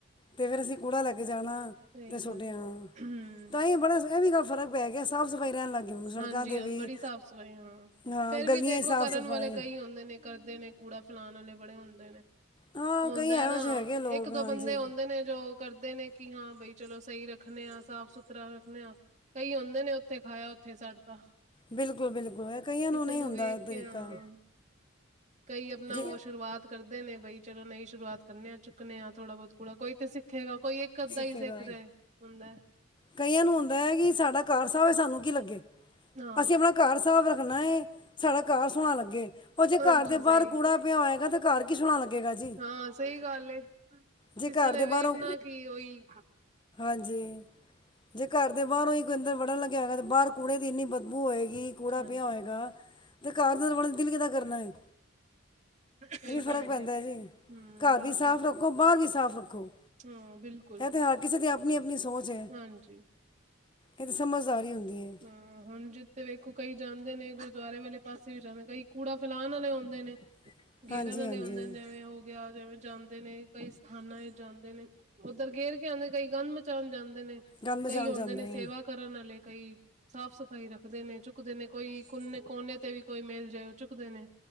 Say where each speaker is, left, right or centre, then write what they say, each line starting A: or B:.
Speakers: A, on the left (about 25°); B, on the right (about 35°).
A: ਤੇ ਫੇਰ ਅਸੀਂ ਕੂੜਾ ਲੈ ਕੇ ਜਾਣਾ,
B: ਸਹੀ
A: ਤੇ ਸੁੱਟੇ
B: ਗੱਲ
A: ਆਣਾ,
B: ਹੈ ਹੂੰ।
A: ਤਾਂਹੀ ਬੜਾ ਇਹ ਵੀ ਗੱਲ ਫ਼ਰਕ ਪੈ ਗਿਆ, ਸਾਫ਼ ਸਫ਼ਾਈ ਰਹਿ ਲੱਗ ਗਈ ਹੁਣ ਸੜਕਾਂ
B: ਹਾਂਜੀ,
A: 'ਤੇ
B: ਹੁਣ
A: ਵੀ
B: ਬੜੀ ਸਾਫ਼ ਸਫ਼ਾਈ ਹਾਂ,
A: ਹਾਂ
B: ਫੇਰ
A: ਗਲੀਆਂ
B: ਵੀ ਦੇਖੋ
A: 'ਚ ਸਾਫ਼
B: ਕਰਨ
A: ਸਫਾਈ
B: ਵਾਲੇ ਕਈ ਹੁੰਦੇ ਨੇ ਕਰਦੇ ਨੇ, ਕੂੜਾ ਫੈਲਾਣ ਵਾਲੇ ਬੜੇ ਹੁੰਦੇ ਨੇ।
A: ਹਾਂ
B: ਆਉਂਦਾ
A: ਕਈ ਇਹੋ
B: ਨਾ,
A: ਜਿਹੇ ਹੈਗੇ ਲੋਕ
B: ਇੱਕ
A: ਹਾਂਜੀ
B: ਦੋ ਬੰਦੇ ਆਉਂਦੇ ਨੇ, ਜੋ ਕਰਦੇ ਨੇ, ਕਿ ਹਾਂ ਬਈ ਚਲੋ ਸਹੀ ਰੱਖਣੇ ਆਂ, ਸਾਫ- ਸੁਥਰਾ ਰੱਖਣੇ ਆਂ। ਕਈ ਹੁੰਦੇ ਨੇ, ਉੱਥੇ ਖਾਇਆ ਉੱਥੇ ਛਡ ਤਾ।
A: ਬਿਲਕੁਲ ਬਿਲਕੁਲ ਇਹ ਕਈਆਂ
B: ਕਿਸੇ
A: ਨਹੀਂ
B: ਨੂੰ
A: ਹੁੰਦਾ
B: ਵੇਖ
A: ਇਹ ਤਰੀਕਾ
B: ਕੇ ਆਂ ਕਈ ਆਪਣਾ
A: ਜੇ
B: ਉਹ ਸ਼ੁਰੂਆਤ ਕਰਦੇ ਨੇ ਬਈ ਚਲੋ ਨਈ ਸ਼ੁਰੂਆਤ ਕਰਨੇ ਆ, ਚੁੱਕਣੇ ਆ ਥੋੜ੍ਹਾ ਬਹੁਤ ਕੂੜਾ ਕੋਈ ਤੇ ਸਿੱਖੇਗਾ, ਕੋਈ ਇੱਕ ਗੱਦਾ
A: ਸਿੱਖੇਗਾ
B: ਹੀ ਸਿੱਕਜਏ ਹੁੰਦਾ।
A: ਕਈਆਂ ਨੂੰ ਹੁੰਦਾ ਹੈ ਕਿ, ਸਾਡਾ ਘਾਰ ਸਾਫ ਹੈ ਸਾਨੂੰ ਕੀ ਲੱਗੇ,
B: ਹਾਂ।
A: ਅਸੀਂ ਆਪਣਾ ਘਰ ਸਾਫ ਰੱਖਣਾ ਏ, ਸਾਡਾ ਘਰ ਸੋਹਣਾ ਲੱਗੇ। ਉਹ ਜੇ ਘਰ
B: ਹਾਂਜੀ
A: ਦੇ
B: ਸਹੀ
A: ਬਾਹਰ ਕੂੜਾ ਪਿਆ ਹੋਏਗਾ ਤੇ, ਘਰ ਕੀ ਸੋਹਣਾ ਲੱਗੇਗਾ ਜੀ।
B: ਹਾਂ ਸਹੀ ਗੱਲ ਏ।
A: ਜੇ
B: ਕਿਸੇ
A: ਘਰ
B: ਨੇ
A: ਦੇ
B: ਵੇਖਣਾ
A: ਬਾਹਰੋਂ
B: ਕੀ, ਉਹੀ
A: ਹਾਂਜੀ। ਜੇ ਘਰ ਦੇ ਬਾਹਰੋਂ ਹੀ ਕੋਈ ਅੰਦਰ ਵੜਨ ਲੱਗਿਆ ਹੋਇਆ, ਤੇ ਬਾਹਰ ਕੂੜੇ ਦੀ ਇੰਨੀ ਬਦਬੂ ਹੋਏਗੀ। ਕੂੜਾ
B: ਹਾਂਜੀ
A: ਪਿਆ ਹੋਏਗਾ, ਤੇ ਘਰ ਤੇ ਵੜਨ ਵੀ ਦਿਲ ਕਿਦਾ ਕਰਨਾ ਏ?
B: ਸਹੀ
A: ਇਹ ਵੀ ਫ਼ਰਕ
B: ਗੱਲ
A: ਪੈਂਦਾ ਹੈ
B: ਤੇ
A: ਜੀ,
B: ਹਮ
A: ਘਰ
B: ਬੜਾ
A: ਵੀ ਸਾਫ਼
B: ਫ਼ਰਕ
A: ਰੱਖੋ,
B: ਪ
A: ਬਾਹਰ ਵੀ ਸਾਫ਼ ਰੱਖੋ।
B: ਹਾਂ ਬਿਲਕੁਲ
A: ਐ ਤੇ, ਹਰ ਕਿਸੇ ਦੀ ਆਪਣੀ-ਆਪਣੀ ਸੋਚ ਏ।
B: ਹਾਂਜੀ
A: ਇਹ ਤਾਂ ਸਮਝਦਾਰੀ ਹੁੰਦੀ ਏ।
B: ਹਾਂ, ਹੁਣ ਜਿੱਥੇ ਵੇਖੋ ਕਈ ਜਾਂਦੇ ਨੇ, ਗੁਰਦੁਆਰੇ ਵਾਲੇ ਪਾਸੇ ਵੀ ਜਾਂਦੇ ਨੇ, ਕਈ ਕੂੜਾ ਫੈਲਾਣ ਵਾਲੇ ਹੁੰਦੇ ਨੇ।
A: <inaudible>
B: ਗੇਰਨਨੇ
A: ਹਾਂਜੀ
B: ਹੋਂਦੇਨ, ਜੈਂਵੇਂ ਓ ਗਿਆ, ਜੈਂਵੇਂ ਜਾਂਦੇ ਨੇ, ਕਈ ਸਥਾਨਾਂ ਤੇ ਜਾਂਦੇ ਨੇ। ਉੱਧਰ ਗੇਰ ਕੇ ਆਂਦੇ, ਕਈ ਗੰਧ ਮਚਾਉਣ ਜਾਂਦੇ ਨੇ,
A: ਗੰਦ
B: ਕਈ
A: ਮਚਾਉਣ
B: ਹੋਂਦੇ
A: ਜਾਂਦੇ
B: ਨੇ ਸੇਵਾ
A: ਹੈ
B: ਕਰਨ ਵਾਲੇ, ਕਈ ਸਾਫ਼-ਸਫ਼ਾਈ ਰੱਖਦੇ ਨੇ, ਚੁੱਕਦੇ ਨੇ, ਕੋਈ ਕੋਨੇ-ਕੋਨੇ ਤੇ ਵੀ ਕੋਈ ਮਿਲ ਜਾਏ ਓ ਚੁਕਦੇ ਨੇ।